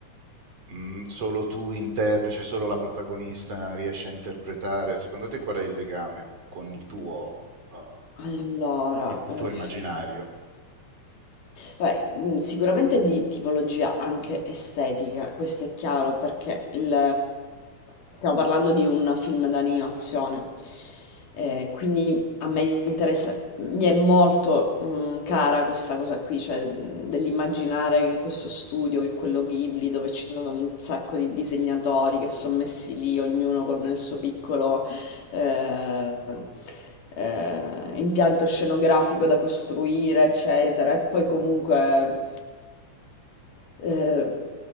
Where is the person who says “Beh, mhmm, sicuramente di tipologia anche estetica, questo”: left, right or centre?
Left